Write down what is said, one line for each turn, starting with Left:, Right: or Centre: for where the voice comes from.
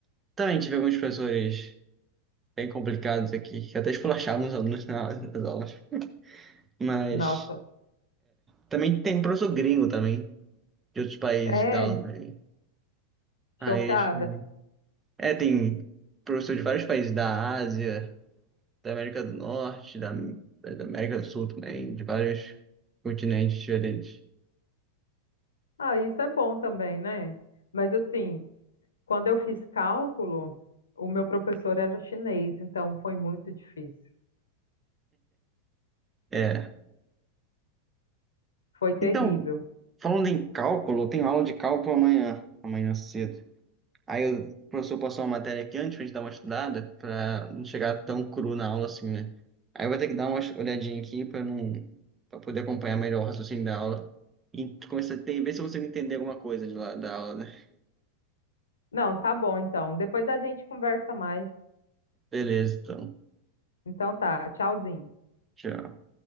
Right: também tive alguns professores bem complicados aqui, que até esculachavam os alunos na- nas aulas. Mas
Left: Nossa,
Right: Também tem um professor gringo também, de outros países
Left: é,
Right: que dá aula. Aí,
Left: chocada.
Right: aí, acho que- é, tem professor de vários países da Ásia, da América do Norte, da, da América do Sul também, de vários continentes diferentes.
Left: Ah, isso é bom também, né? Mas assim, quando eu fiz cálculo, o meu professor era chinês, então foi muito difícil.
Right: É.
Left: Foi terrível.
Right: Então, falando em cálculo, eu tenho aula de cálculo amanhã, amanhã cedo. Aí o professor passou uma matéria aqui antes pra gente dar uma estudada, pra não chegar tão cru na aula assim, né? Aí eu vou ter que dar uma olhadinha aqui pra não, para poder acompanhar melhor o raciocínio da aula e começar a ter- ver se eu consigo entender alguma coisa de lá da aula, né?
Left: Não, tá bom então. Depois a gente conversa mais.
Right: Beleza, então.
Left: Então tá, tchauzinho.
Right: Tchau.